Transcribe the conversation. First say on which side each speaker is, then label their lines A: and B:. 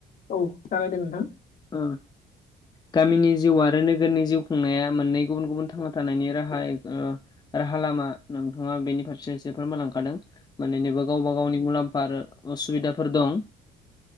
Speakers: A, on the left; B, on the left.
A: औ जागोन दे नोंथां
B: ओ गामिनि जिउ आरो नोगोरनि जिउ खुंनाया मोननै गुबुन गुबुन थांना थानायनि राहा राहा लामा नोंथाङा बेनि फारसे एसे फोरमायलांखादों। मोन्नौनोबो गावबा गावनि मुलाम्फा उसुबिदाफोर दं।